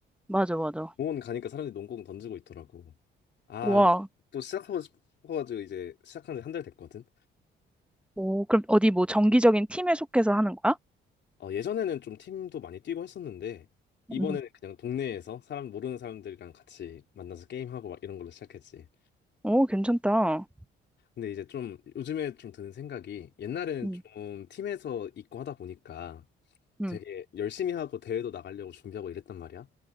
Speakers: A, in the centre; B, on the left.
A: 맞아, 맞아.
B: 공원 가니까 사람들이 농구공 던지고 있더라고 아
A: 와,
B: 또 시작하고 싶어가지고 이제 시작한 지 한 달 됐거든
A: 오, 그럼 어디 뭐 정기적인 팀에 속해서 하는 거야?
B: 어, 예전에는 좀 팀도 많이 뛰고 했었는데 이번에는
A: 응.
B: 그냥 동네에서 사람 모르는 사람들이랑 같이 만나서 게임하고 막 이런 걸로 시작했지.
A: 오, 괜찮다.
B: 근데 이제 좀 요즘에 좀 드는 생각이 옛날에는
A: 응,
B: 좀 팀에서 있고 하다 보니까
A: 응,
B: 되게 열심히 하고 대회도 나가려고 준비하고 이랬단 말이야.